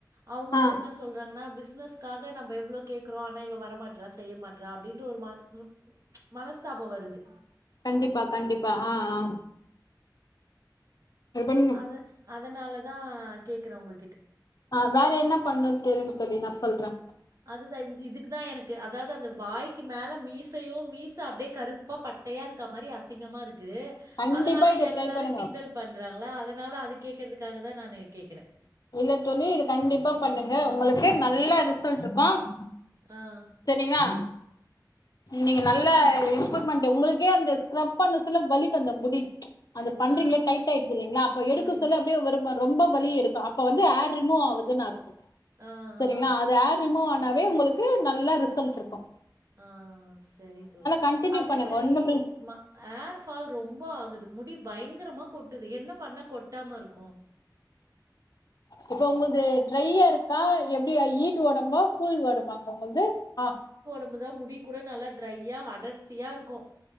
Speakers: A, on the right (about 45°); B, on the left (about 60°).
A: அவுங்க வந்து
B: ஆ
A: என்ன சொல்றாங்கனா பிஸ் பிஸ்னஸ்காக நம்ம எவ்ளோ கேக்குறோ ஆனா இவ வரமாட்றா செய்ய மாட்றா அப்டின்ற ஒரு மன மனஸ்தாபாம் வருது
B: கண்டிப்பா கண்டிப்பா ஆ ஆ இது பண்ணுங்க
A: அத அதனால தான் கேக்றே உங்க
B: ஆ வேற என்ன பண்ணும் தோழி தோழி நா சொல்றேன்
A: அது தான் இதுக்கு தான் எனக்கு அதாவது அந்த வாய்க்கு மேல மீசையோ மீச அப்டியே கருப்பா பட்டையா இருக்கா மாரி அசிங்கமா இருக்கு
B: கண்டிப்பா
A: அதனால
B: இத
A: எல்லாரு
B: ட்ரை பண்ணுங்க
A: கிண்டல் பண்றாங்களா அதனால அதுக்கு கேக்றதுக்காக தான் நானு கேக்றேன்
B: இல்ல தோழி இது கண்டிப்பா பண்ணுங்க உங்களுக்கு
A: ம்.
B: நல்ல ரிசல்ட் இரு ஆம்
A: ஆ.
B: செரிங்களா நீங்க நல்ல இம்ப்ரூம்மென்ட்டு உங்களுக்கே அந்த ஸ்க்ரப் பண்ண செல்ல வலிக்கும் அந்த முடி அது பண்றீங்களே
A: ஆ
B: டைட் ஆயிருது இல்லைங்களா அப்ப எடுக்க
A: ம்
B: சொல்ல அப்டியே ஒரு ரொம்ப வலி எடுக்க அப் இப்போ வந்து ஹேர் ரிமூவ் ஆவுதுன்னு அர்த்தோம்
A: ஆ
B: செரிங்களா
A: ஆ
B: அது ஹேர் ரிமூவ் ஆ னேது உங்களுக்கு நல்ல ரிசல்ட் இருக்கோம்
A: ஆ செரி தோலி
B: கண்டினியூ
A: அதே
B: பண்ணுங்க
A: மேரி
B: ஒன்னு பிர
A: ஹேர் ஃபால் ரொம்ப ஆகுது முடி பயங்கரமா கொட்டுது என்ன பண்ணா கொட்டாம இருக்கோம்
B: இப்ப உங்கள்து ட்ரையா இருக்கா எப்டி ஈட் ஒடம்பா கூல் ஒடம் வாங்க உங்கள்து அ
A: உங்கள்தா முடி கூட நல்லா ட்ரையா அடர்த்தியா இருக்கோம்